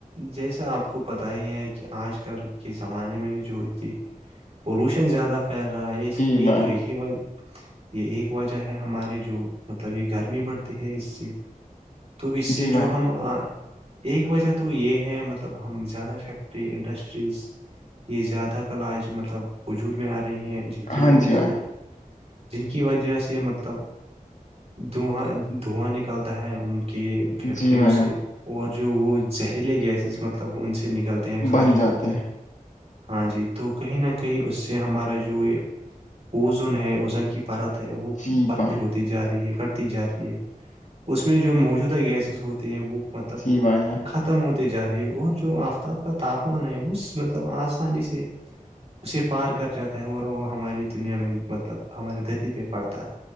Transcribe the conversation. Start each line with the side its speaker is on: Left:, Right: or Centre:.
Right: جیسا آپ کو پتہ ہی ہے کہ آج کل کے زمانے میں جو پولوشن زیادہ پ رہا ہے اس
Left: جی
Right: کی
Left: بھائی
Right: تو ایک ہی وج یہ ایک وجہ ہے ہمارے جو مطلب یہ گھر بڑھتی ہے اس سے تو اس سے
Left: جی بھائی
Right: جو ہم ایک وجہ تو یہ ہے مطلب ہم زیادہ فیکٹری انڈسٹریز یہ زیادہ کل آج مطلب وجود میں آ رہی ہیں جن کی
Left: ہاں
Right: وجہ
Left: جی بھائی
Right: سے جن کی وجہ سے مطلب دھواں دھواں نکلتا ہے ان کی فیکٹریوں
Left: جی بھائی جان
Right: سے اور جو وہ زہریلے گیسز مطلب ان سے نکلتے ہیں خارج
Left: بن جاتے
Right: ہوتے ہیں ہاں جی تو کہیں نہ کہیں اس سے ہمارا جو یہ اوزون ہے اوزن کی پرت ہے وہ
Left: جی
Right: پتلی
Left: بھائی
Right: ہوتی جا رہی ہے دی جا رہی ہے اس میں جو موجودہ گیسز ہوتے ہیں وہ مطلب
Left: جی بھائی جان
Right: ختم ختم ہوتی جا رہی ہے اور جو آفتاب کا تاپمان ہے وہ مطلب آسانی سے اسے پار کر جاتا ہے اور وہ ہماری دنیا میں مطلب ہماری دتی پہ پڑتا ہے